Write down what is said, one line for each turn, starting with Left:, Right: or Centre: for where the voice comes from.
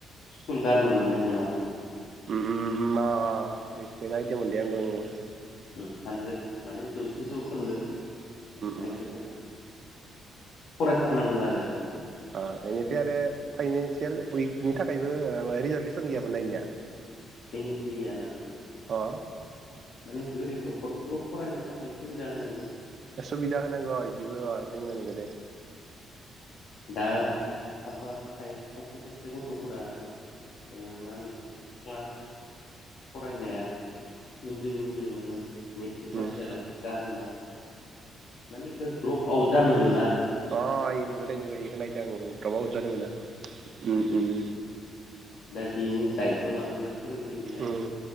Left: स्कुल गारनो मोननाय नङा।
Right: उम उम मा ऐ <unintelligible>
Left: उम हानद्रेद माने जौसे जौखोनदो आं
Right: उम
Left: इखोनो फरायथारनांगोन आरो
Right: ओ इनिफ्राय आरो फाइनानसियेल उइकनि थाखायबो ओ रिजारभेसन गैयामोन नाय इनिया
Left: इनि गैया ना
Right: ओ
Left: माने गोरिब न'खरखौ फरायनो थाखाय खुबिदा होनांग गो
Right: सुबिदा होनांगौ इदिबो दोङो नगो दे
Left: दा खायफा खायसे खायसे गथ'फोरानो ओ मा होनो इखो क्लास फरायनाया उन्दै उन्दैयावनो मेट्रिक पास
Right: उम
Left: जायालासे गारोना मानि इखो द्रप आ जानो मोन
Right: आ इ नोंगो दे नोंगो इखौ नायदो आङो द्रप आउट जानो मोना उम उम
Left: दा बिनि दायथ लानांगोन। फोरोंगिरिना
Right: उम